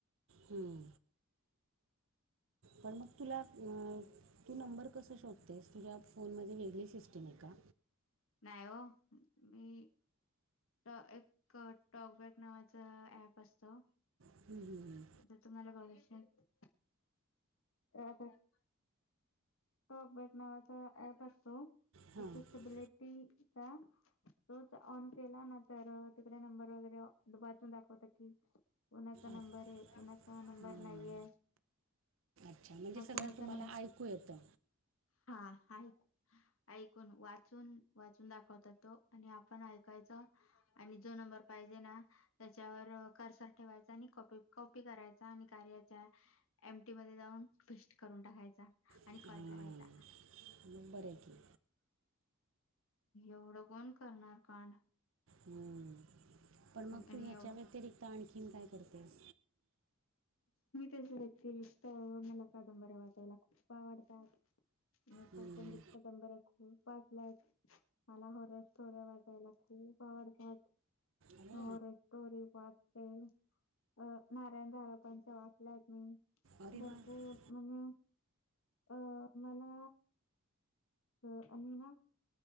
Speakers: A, on the right; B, on the left.
A: हम्म, पण मग, तुला अ तू नंबर कसं शोधतेस तुझ्या फोनमध्ये वेगळी सिस्टम आहे का?
B: नाही ओ, मी ट एक टॉक बॅक नावाच ॲप असतो.
A: ह ह.
B: जर तुम्हाला भविष्यात राहतात. सप बट नावाचा ऍप असतो,
A: हां
B: एक्सेसबिलिटी हा तोच ऑन केला ना तर, तिकडे नंबर वगैरे वाचून दाखवत की कोणाचा नंबर
A: अच्छ-
B: आहे, कोणाचा नंबर
A: हां
B: नाहीये.
A: अच्छा! म्हणजे
B: हा
A: सगळं
B: कुणाचा
A: तुम्हाला
B: नंबर
A: ऐकू येतं.
B: हा, ऐकू ऐकून वाचून वाचून दाखवत तो आणि आपण ऐकायचं. आणि जो नंबर पाहिजे ना त्याच्यावर कर्सर ठेवायचा, आणि कॉप- कॉपी करायचा आणि कार्याच्या एमटी मध्ये जाऊन पेस्ट करून टाकायचा आणि
A: हां
B: कॉल करायचा.
A: मग, बरं हाय की.
B: एवढं कोण करणार कांड?
A: हम्म, पण मग
B: आणि
A: तू ह्याच्या
B: एवढ
A: व्यतिरिक्त आणखीन काय करतेस?
B: मी त्याच्या व्यक्तिरिक्त मला कादंबरी वाचायला खूप आवडतात. मी कौटुंबिक
A: हम्म.
B: कादंबऱ्या खूप वाचल्या आहेत. मला हॉरर स्टोऱ्या वाचायला खूप आवडतात.
A: अरे
B: हाँरर स्टोरी बापरे! अ नारायण धारपांच्या वाचल्यात मी
A: अरे
B: भरपूर
A: वा हम्म.
B: म्हणे अ मला अ आणि ना